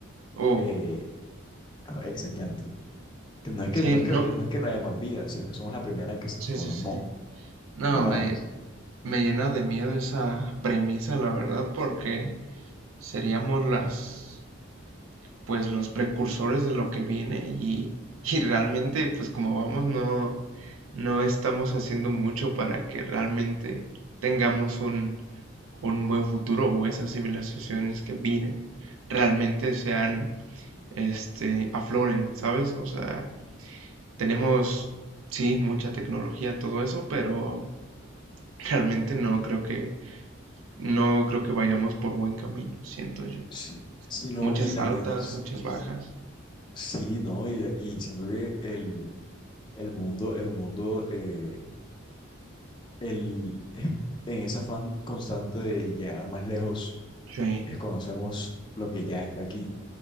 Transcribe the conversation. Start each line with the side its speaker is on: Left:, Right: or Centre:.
Right: Oh.
Left: eh, existente? Que no es que
Right: Sí,
Left: no es que
Right: no,
Left: no es que no haya más vida, sino que somos la primera que se
Right: sí,
Left: formó,
Right: sí, sí. No,
Left: ¿sabes?
Right: me, me llena de miedo esa premisa, la verdad, porque seríamos las, pues, los precursores de lo que viene y, y realmente, pues, como vamos, no, no estamos haciendo mucho para que realmente tengamos un, un buen futuro o esas civilizaciones que vienen realmente sean, este, afloren, ¿sabes? O sea, tenemos, sí, mucha tecnología, todo eso, pero Realmente no creo que, no creo que vayamos por buen camino, siento yo.
Left: Sí, sí, no,
Right: Muchas
Left: y también
Right: altas,
Left: s-
Right: muchas bajas.
Left: sí, ¿no? Y, y siento que el, el mundo, el mundo eh, el, <laughs> en ese afán constante de llegar más lejos,
Right: Sí,
Left: desconocemos lo que ya está aquí.